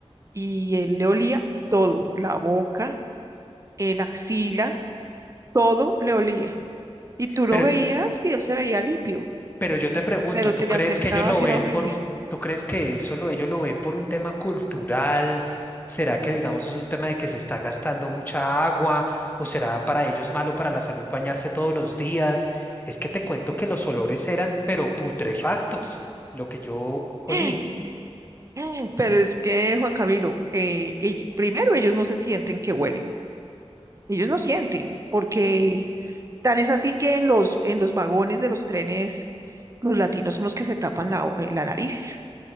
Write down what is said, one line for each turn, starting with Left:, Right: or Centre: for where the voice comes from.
Right: y él le olía todo, la boca, el axila, todo le olía. Y tú lo
Left: pero
Right: veías y él se veía limpio.
Left: Pero yo te pregunto,
Right: pero
Left: ¿tú
Right: te
Left: crees
Right: le acercabas
Left: que ellos lo ven
Right: y era horrible.
Left: por un, tú crees que eso lo- ellos lo ven por un tema cultural? ¿Será que, digamos, es un tema de que se está gastando mucha agua? ¿O será para ellos malo para la salud bañarse todos los días? Es que te cuento que los olores eran, pero putrefactos, lo que yo olí.
Right: <gasps> <laughs> Pero es que, Juan Camilo, eh, ell- primero ellos no se sienten que huelen, ellos no sienten, porque tan es así que en los, en los vagones de los trenes los latinos son los que se tapan la, o- eh, la nariz.